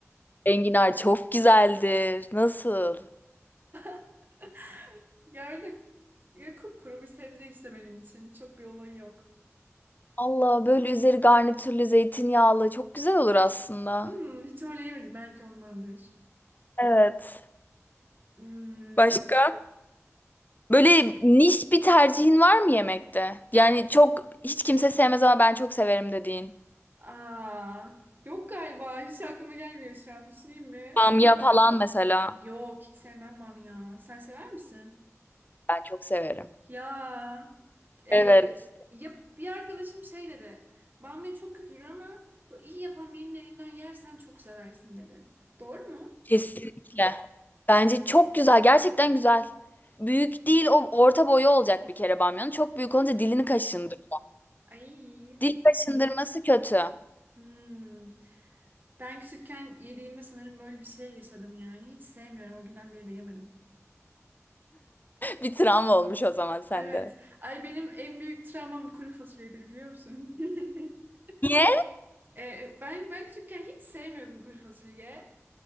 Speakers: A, on the left; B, on the right.
A: Enginar çok güzeldir. Nasıl?
B: <laughs> Gördük. Ya kupkuru bir sebze işte benim için. Çok bir olayı yok.
A: Allah böyle üzeri garnitürlü zeytinyağlı çok güzel olur aslında.
B: Hmm, hiç öyle yemedim. Belki ondandır.
A: Evet.
B: Hmm,
A: Başka? Böyle niş bir tercihin var mı yemekte? Yani çok hiç kimse sevmez ama ben çok severim dediğin.
B: aa, yok galiba. Hiç aklıma gelmiyor şu an. Düşüneyim mi?
A: Bamya falan mesela.
B: Yok hiç sevmem bamya. Sen sever misin?
A: Ben çok severim.
B: Ya, e,
A: Evet.
B: ya bir arkadaşım şey dedi. Bamya çok kötüdür ama böyle iyi yapan birinin elinden yersen çok seversin dedi. Doğru mu?
A: Kesinlikle. Bence çok güzel. Gerçekten güzel. Büyük değil o orta boyu olacak bir kere bamyanın. Çok büyük
B: Hı
A: olunca
B: hı.
A: dilini kaşındır.
B: Ay.
A: Dil kaşındırması kötü. <laughs>
B: Hmm. Ben küçükken yediğimde sanırım böyle bir şey yaşadım yani. Hiç sevmiyorum. O günden beri de yemedim.
A: Bir travma olmuş o zaman sende.
B: Evet. Ay benim en büyük travmam kuru fasulyedir biliyor musun? <laughs>
A: Niye?
B: Ee, ben, ben küçükken hiç sevmiyordum kuru fasulye.